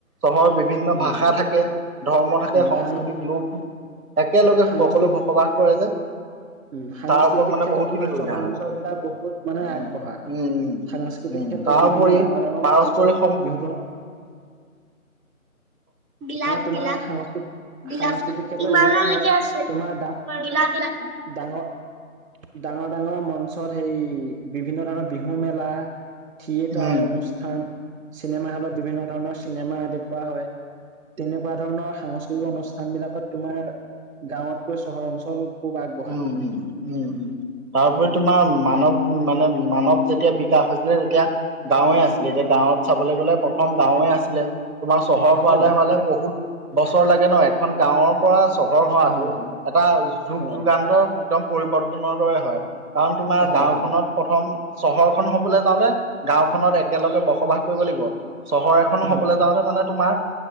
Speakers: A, on the right; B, on the right.
A: চহৰৰ বিভিন্ন ভাষা
B: উম
A: থাকে ধৰ্ম থাকে
B: উম
A: সংস্কৃতিক
B: সাং
A: লোক। একেলগে
B: সাংস্কৃত
A: সকলো বসবাস কৰে যে।
B: উম, সাংস্কৃতিক
A: তাৰ ওপৰত মানে
B: ক্ষেত্ৰত
A: বহুত
B: তোমাৰ
A: খিনি সুবিধা
B: চহৰ
A: হয়
B: অঞ্চল বিলাক বহুত মানে
A: উম
B: আগবঢ়া।
A: উম উম
B: সাংস্কৃতিক
A: উম
B: ক্ষেত্ৰত
A: তাৰপৰি
B: বিভিন্ন ডাঙৰ ডাঙৰ
A: পাৰস্পৰিক
B: মঞ্চত বিহুট
A: গিলাপ
B: তোমাৰ
A: গিলাপ
B: সাংস্কৃত
A: বিলাস
B: সাংস্কৃতিক
A: ল,
B: ক্ষেত্ৰত
A: ইমানলৈকে
B: এনেকুৱা হয়
A: আছে তোমাৰ
B: ডা
A: বিলাস লাই।
B: ডাঙৰ, ডাঙৰ ডাঙৰ মঞ্চত সেই বিভিন্ন ধৰণৰ বিহু মেলা। থিয়েটাৰ
A: উম
B: অনুষ্ঠান চিনেমা হ'লত বিভিন্ন ধৰণৰ চি চিনেমা দেখুওৱা হয়। তেনেকুৱা ধৰণৰ সাংস্কৃতিক অনুষ্ঠান বিলাকত তোমাৰ। গাঁৱতকৈ চহৰ অঞ্চল খুব আগ
A: উম, উম, উম, উম, তাৰপৰি তোমাৰ মানৱ। উম, মানে মানৱ যেতিয়া বিকাশ হৈছিলে তেতিয়া। গাঁৱে আছিলে এতিয়া গাঁৱত চাবলৈ গ'লে প্ৰথম গাঁৱে আছিলে। তোমাৰ চহৰ
B: হয়
A: হোৱালে
B: গা
A: হোৱালে
B: গা
A: বহুত বছৰ লাগে ন, এখন গাঁৱৰ। পৰা চহৰ হোৱাটো
B: হয় হয়
A: এটা যুগ
B: হয়
A: যুগান্তৰ একদম পৰিৱৰ্তনৰ দৰে হয়। কাৰণ তোমাৰ
B: হয়
A: গাঁওখনত। প্ৰথম চহৰখন হ'বলৈ যাওঁতে গাঁওখনত একেলগে বসবাস কৰিব লাগিব। চহৰ এখন
B: হয়
A: হবলৈ যাওঁতে মানে তোমাৰ।